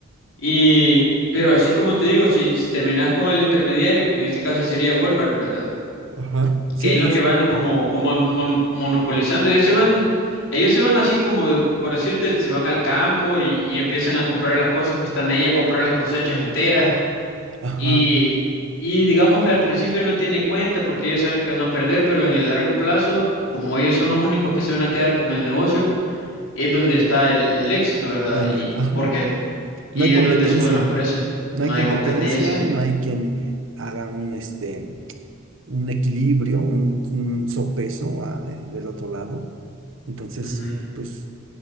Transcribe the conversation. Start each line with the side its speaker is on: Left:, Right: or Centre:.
Left: Y, pero así como te digo, si, si terminás con el intermediario, que en este caso sería Walmart, ¿verdad?
Right: Ajá, sí,
Left: que es lo
Right: pues,
Left: que van como, como mono- monopolizando. Ellos se van, ellos se van así como, por decirte, se van al campo y, y empiezan a comprar las cosas que están ahí, a comprar las cosechas enteras.
Right: ajá,
Left: Y, y digamos que al principio no tiene cuenta porque ellos saben que van a perder, pero en el largo plazo, como ellos son los únicos que se van a quedar con el negocio, es donde está el, el éxito, ¿verdad?
Right: donde,
Left: Y
Right: ajá,
Left: porque y
Right: no hay
Left: es
Right: competencia,
Left: donde suben los precios.
Right: no
Left: No
Right: hay
Left: hay
Right: competencia,
Left: competencia.
Right: no hay quien haga un, este, un equilibrio, un, un sopeso a- eh, del otro lado. Entonces,
Left: Ujú.
Right: pues,